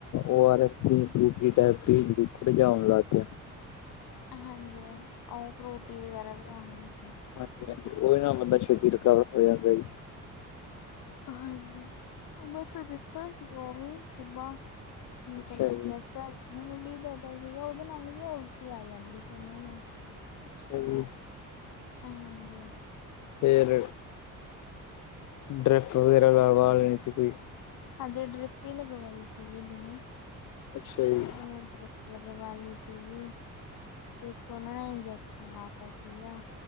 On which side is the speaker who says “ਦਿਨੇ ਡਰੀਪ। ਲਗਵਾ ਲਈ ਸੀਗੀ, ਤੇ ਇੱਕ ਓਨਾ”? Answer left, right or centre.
Left